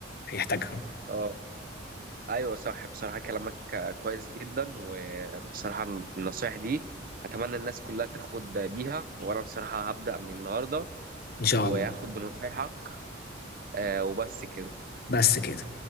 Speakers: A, on the left; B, on the right.
A: هيحتاجها
B: اه ايوه صح بصراحه كلامك آه، كويس جدا وبصراحه النصايح دي اتمنى الناس كلها تاخد بيها وانا بصراحه هبدا من النهارده
A: ان شاء
B: وهاخد
A: الله
B: بنصايحك آه، وبس كده
A: بس كده